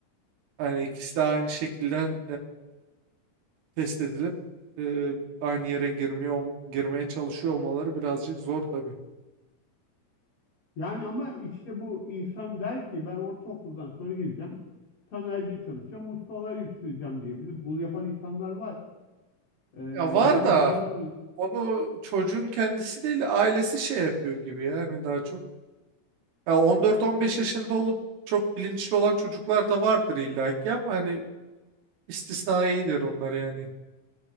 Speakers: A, on the right (about 85°); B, on the left (about 50°).
A: Hani ikisi de aynı şekilde test edilip eee, aynı yere girmiyor ol- girmeye çalışıyor olmaları birazcık zor tabii.
B: Yani ama işte bu insan der ki ben ortaokuldan sonra gideceğim. Sanayide çalışacağım. Ustalığa yükseleceğim diyebilir. Bunu yapan insanlar var. Ee,
A: Ya var
B: ya da
A: da
B: berber
A: onu çocuğun kendisi değil ailesi şey yapıyor gibi yani daha çok. Ya 14-15 yaşında olup çok bilinçli olan çocuklar da vardır illaki ama hani istisnaidir onlar yani.